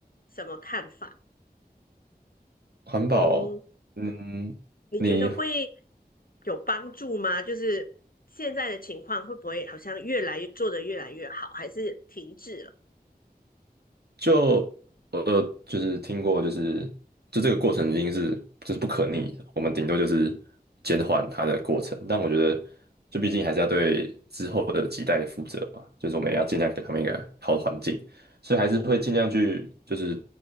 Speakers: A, on the left; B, on the right.
A: 什么看法？
B: 环保，
A: 嗯，
B: 嗯，
A: 你觉得会
B: 你
A: 有帮助吗？就是现在的情况会不会好像越来越做得越来越好，还是停滞了？
B: 就我有就是听过，就是就这个过程已经是就是不可逆的我们顶多就是减缓它的过程。但我觉得，就毕竟还是要对之后的几代负责嘛，就是我们也要尽量给他们一个好的环境，所以还是会尽量去，就是